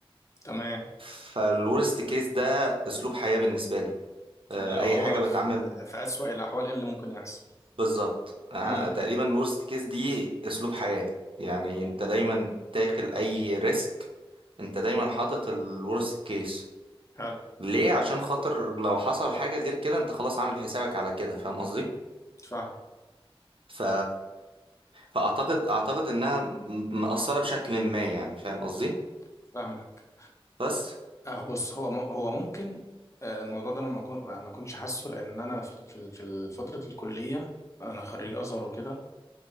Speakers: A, on the left; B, on the right.
A: تمام
B: فالورست كيس ده اسلوب حياة بالنسبة لي آه،
A: اللي هو
B: اي حاجة بتعمل
A: في, في أسوأ الأحوال إيه اللي ممكن يحصل
B: بالظبط آه،
A: امم
B: تقريبا الورست كيس دي اسلوب حياة يعني انت دايما داخل اي ريسك انت دايما حاطط الورست كيس
A: حلو
B: ليه عشان خاطر لو حصل حاجة غير كده انت خلاص عامل حسابك على كده فاهم قصدي
A: فاهم
B: ف... فاعتقد اعتقد انها م- مأثرة بشكل ما يعني فاهم قصدي
A: فاهمك
B: بس
A: آه بص هو م... هو ممكن آه الموضوع ده أنا ما كون... ما كنتش حاسه لأن أنا في في في فترة الكلية أنا خريج أزهر وكده